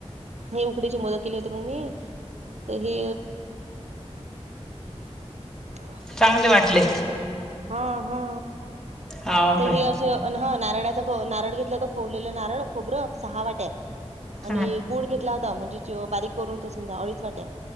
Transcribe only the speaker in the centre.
चांगलं वाटले.
हो
काय
हा